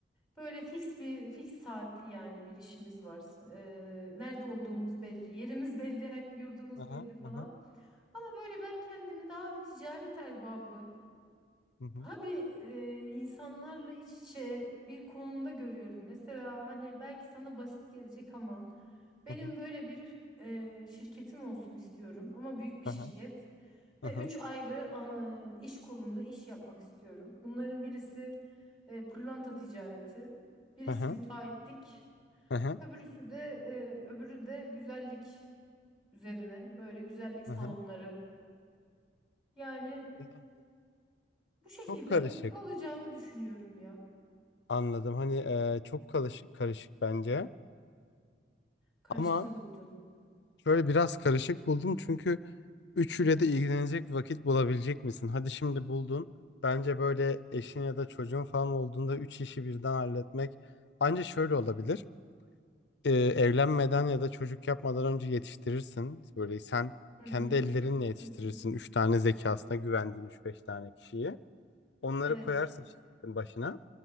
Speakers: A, in the centre; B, on the left.
A: Böyle fix bir fix saatli yani bir işimiz var. Ee, nerede olduğumuz belli, yerimiz <laughs> belli, hep yurdumuz
B: Aha,
A: belli falan.
B: aha,
A: Ama böyle ben kendimi daha bir ticaret erbabı
B: hı hı,
A: Abi e, insanlarla iç içe bir konumda görüyorum. Mesela hani belki sana basit gelecek ama benim
B: aha,
A: böyle bir e, şirketim olsun istiyorum ama büyük bir
B: aha,
A: şirket ve
B: aha,
A: üç ayrı ana, iş kolunda iş yapmak istiyorum. Bunların birisi e, pırlanta ticareti, birisi
B: aha,
A: müteahhitlik,
B: aha,
A: öbürüsü de e, öbürü de güzellik üzerine böyle güzellik salonları.
B: aha.
A: Yani
B: Ya,
A: bu şekilde
B: çok karışık.
A: mutlu olacağımı düşünüyorum ya.
B: Anladım. Hani e, çok karışık, karışık bence.
A: Karışık
B: Ama
A: mı buldun?
B: şöyle biraz karışık buldum çünkü üçüyle de ilgilenecek vakit bulabilecek misin? Hadi şimdi buldun. Bence böyle eşin ya da çocuğun falan olduğunda üç işi birden halletmek ancak şöyle olabilir. e, evlenmeden ya da çocuk yapmadan önce yetiştirirsin. Böyle sen
A: Hı hı,
B: kendi ellerinle yetiştirirsin.
A: hı hı.
B: Üç tane zekasına güvendiğin üç beş tane kişiyi. Onları
A: Evet,
B: koyarsın şirketin başına.